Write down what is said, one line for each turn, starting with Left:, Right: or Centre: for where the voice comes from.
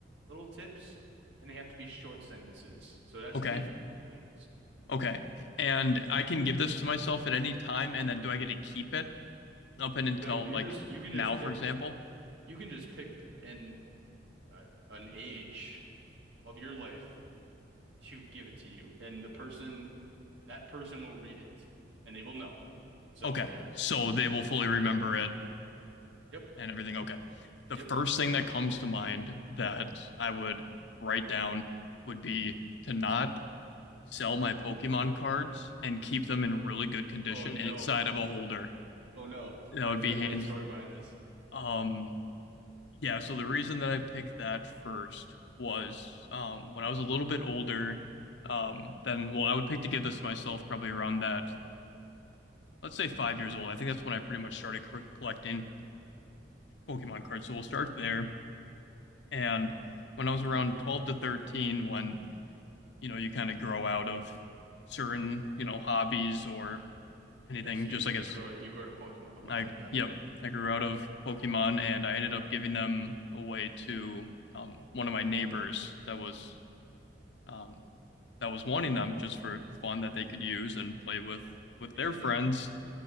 Right: little tips and they have to be short sentences. So it has
Left: Okay.
Right: to be big things.
Left: Okay. And I can give this to myself at any time, and then do I get to keep it up and until
Right: So you
Left: like
Right: just you can
Left: now,
Right: just pick
Left: for example?
Right: you can just pick an uh, an age of your life to give it to you. And the person, that person will read it and they will know. So,
Left: Okay.
Right: yeah.
Left: So they will fully remember it
Right: Yep.
Left: and everything. Okay. The
Right: Yep.
Left: first thing that comes to mind that I would write down would be to not sell my Pokemon cards and keep them in really good condition
Right: Oh, no.
Left: and inside of a holder.
Right: Oh, no.
Left: That
Right: I
Left: would
Right: feel
Left: be
Right: like
Left: hands.
Right: there's a story behind this.
Left: Um, Yeah, so the reason that I picked that first was um, when I was a little bit older, um, then, well, I would pick to give this to myself probably around that, let's say five years old. I think that's when I pretty much started co- collecting Pokemon cards. So we'll start there. And when I was around 12 to 13, when, you know, you kind of grow out of certain, you know, hobbies or anything,
Right: Okay. So you,
Left: just I
Right: you
Left: guess
Right: grow, you grow to Pokemon a little
Left: I,
Right: bit then.
Left: yep, I grew out of Pokemon and I ended up giving them away to um, one of my neighbors that was um, that was wanting them just for fun that they could use and play with with
Right: Interesting.
Left: their friends.